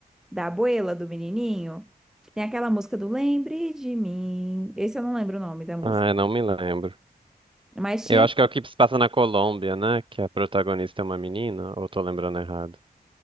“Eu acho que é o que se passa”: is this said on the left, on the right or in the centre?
Right